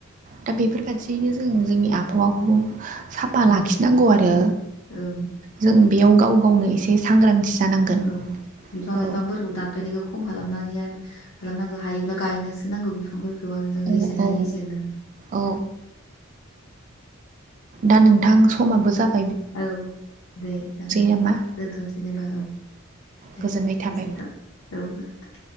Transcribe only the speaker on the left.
उम,
ओं
औ बिफां
लाइफांफोरखौ दानफायनायखौ खम खालामनानै आरो खालामनांगौ हायोब्ला गायनोसो नांगौ बिफांफोर खौ आरो जोङो
एसेनो
हायो एसेनो।
औ दे जागोन
दोनथ'नोसै दे होनबा औ दे
गोजोन्थों औ गोजोन्थों।